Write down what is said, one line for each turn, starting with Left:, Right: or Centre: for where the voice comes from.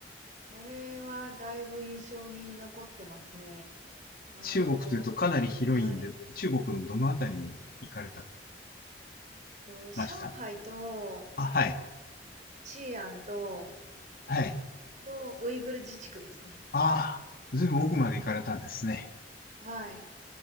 Right: これはだいぶ印象に残ってますね。あの、
Left: 中国というとかなり広いんで、
Right: はい。
Left: 中国のどのあたりに行かれた、
Right: と、上海と、
Left: ましたあ、はい。
Right: 西安と、
Left: はい。
Right: と、ウイグル自治区ですね。
Left: ああ、ずいぶん奥まで行かれたんですね。
Right: はい。